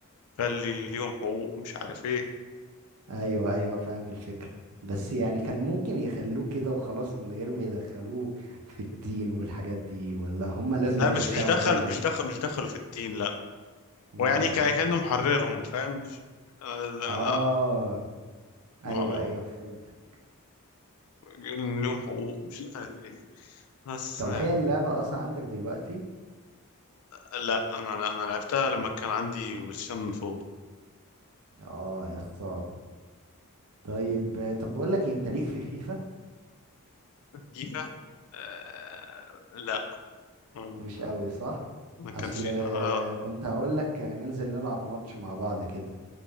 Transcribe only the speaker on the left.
قال لي ليهم حقوق مش عارف ايه
لا
مش مش دخلوا
مش دخل مش دخلوا في الدين لا
ويعني كا- كأنه محررهم فاهم مش انا
انا ما-
ما-
بيقول ان ليهم حقوق مش عارف ايه بس
لا انا لا انا لعبتها لما كان عندي بلايستيشن 4
فيفا آه لا أمم،
انا كان
في آه